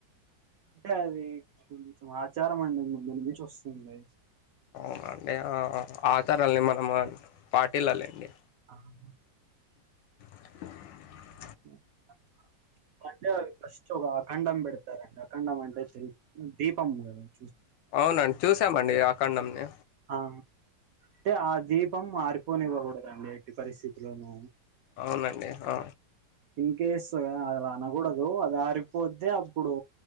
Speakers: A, on the right (about 60°); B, on the left (about 80°).
A: అంటే అది కొంచెం ఆచారం అండి ముందురి నుంచి వసుంది.
B: అవునండి. ఆ ఆ ఆచారాల్ని మనమునన్ పటీలాలండి.
A: అవును
B: <inaudible>
A: ఉ కైకో అంటే అది ఫస్ట్ ఒక అఖండం పెడతారండి. అఖండం అంటే తేల్ దీపం గాదన్
B: అవునండి, చూసామండి ఆఖండంని
A: ఆహా టే ఆ దీపం ఆరిపోనివ్వకూడదండి ఎట్టి పరిస్థితులోనూ
B: అవునండి హా
A: ఇన్ కేస్ అలా అనకూడదు. అది ఆరిపోతే అప్పుడు